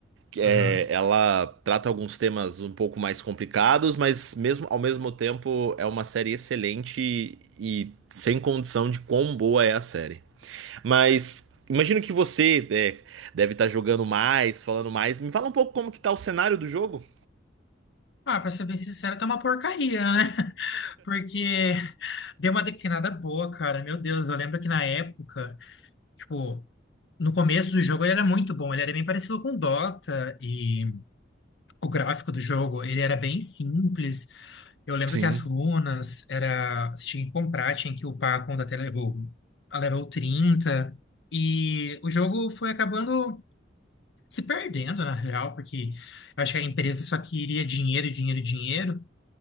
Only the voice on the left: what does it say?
Aham.
Ah, pra ser bem sincero, tá uma porcaria, né? <laughs> Porque deu uma declinada boa, cara. Meu Deus, eu lembro que na época, tipo, no começo do jogo ele era muito bom. Ele era bem parecido com Dota e o gráfico do jogo, ele era bem simples. Eu lembro
que as runas era, você tinha que comprar, tinha que upar a conta até level, a level trinta E o jogo foi acabando se perdendo, na real, porque eu acho que a empresa só queria dinheiro, dinheiro, dinheiro,